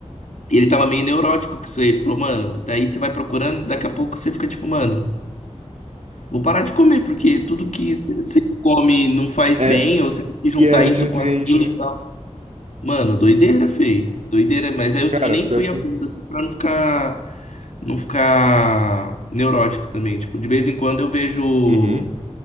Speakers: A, on the left (about 80°); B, on the right (about 65°).
A: ele tava meio neurótico com isso aí. Ele falou, mano, daí você vai procurando, daqui a pouco você fica tipo, mano, vou parar de comer, porque tudo que você come não faz
B: É,
A: bem, ou você tem que juntar
B: e é antinutriente,
A: isso com aquilo
B: né?
A: e tal. Mano, doideira, feio. Doideira, mas aí eu,
B: Cara,
A: eu nem
B: pior
A: fui
B: que.
A: a fundo, assim, pra não ficar, não ficar neurótico também. Tipo, de vez em quando eu vejo.
B: Uhum.